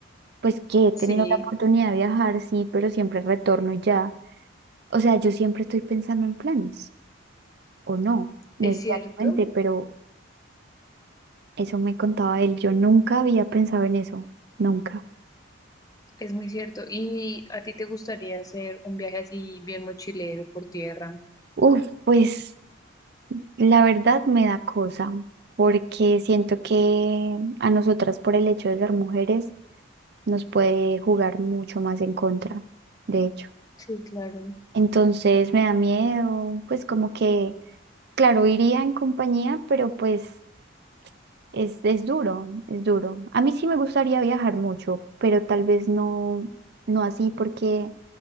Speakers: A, on the right; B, on the left.
A: pues que he tenido
B: Sí,
A: la oportunidad de viajar, sí, pero siempre retorno y ya. O sea, yo siempre estoy pensando en planes, o no, necesariamente,
B: es cierto,
A: pero eso me contaba él, yo nunca había pensado en eso, nunca.
B: es muy cierto. ¿Y a ti te gustaría hacer un viaje así bien mochilero por tierra?
A: Uf, pues... La verdad me da cosa, porque siento que a nosotras por el hecho de ser mujeres nos puede jugar mucho más en contra, de hecho.
B: Sí, claro,
A: Entonces me da miedo, pues como que, claro, iría en compañía, pero pues es, es duro, es duro. A mí sí me gustaría viajar mucho, pero tal vez no, no así porque,